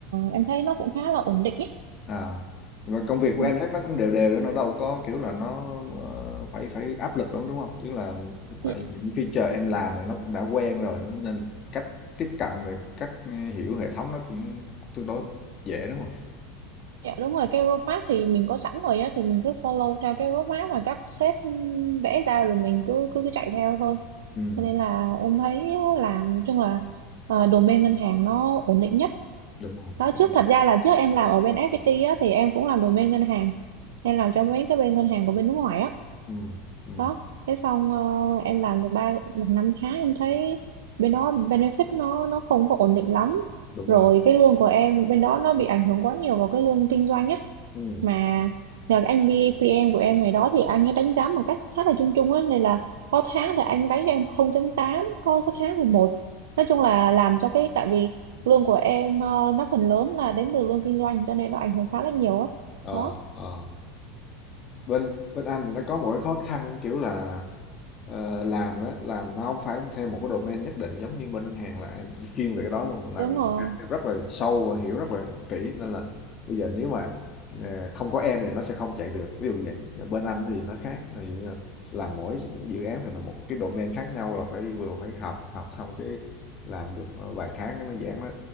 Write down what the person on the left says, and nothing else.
À, nhưng mà công việc của
em chắc nó cũng đều đều nó đâu có kiểu là nó ờ, phải phải áp lực lắm đúng không? Tức là tại
vì những feature em làm rồi nó cũng đã quen rồi nó nên cách tiếp cận về cách hiểu hệ thống nó cũng tương đối dễ đúng không?
Ừ,
đúng rồi,
đúng
rồi.
Ừ, ừ,
đúng
rồi.
Ừ,
ờ,
ờ. bên bên Anh thì nó có một cái khó khăn kiểu là ờ, làm á làm nó không phải theo một cái domain nhất định giống như bên ngân hàng là em chuyên về cái đó luôn là
em rất là sâu và hiểu rất là kỹ nên là bây giờ nếu mà ờ, không có em thì nó sẽ không chạy được ví dụ vậy Và bên Anh thì nó khác ví dụ như là làm mỗi dự án thì là một cái domain khác nhau là phải vừa phải học học xong cái làm được ờ, vài tháng cái nó giãn nó